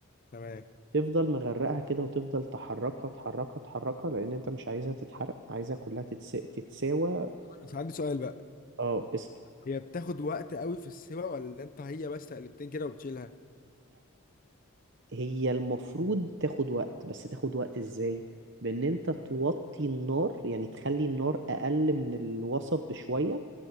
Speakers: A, on the left (about 40°); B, on the right (about 55°).
A: تمام
B: تفضل مغرقها كده وتفضل تحركها تحركها تحركها لان انت مش عايزها تتحرق عايزها كلها تتس... تتساوى
A: بس عندي سؤال بقى
B: اه اسكت
A: هي بتاخد وقت قوي في السوا ولا انت هي بس تقلبتين كده وبتشيلها
B: هي المفروض تاخد وقت بس تاخد وقت ازاي بان انت توطي النار يعني تخلي النار اقل من الوسط بشوية